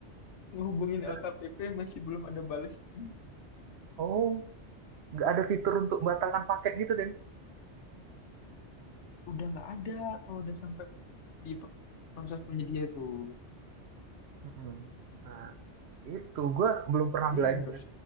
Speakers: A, on the left (about 80°); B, on the right (about 70°).
A: ngehubungin
B: Nggak-
A: LKPP, masih belum ada balasan.
B: Oh, nggak ada fitur untuk batalkan paket gitu, Den.
A: Udah nggak ada kalau udah sampai di proses penyedia tuh.
B: Mm-mm. Nah, itu gue belum pernah
A: Jadi
B: belajar
A: ya harus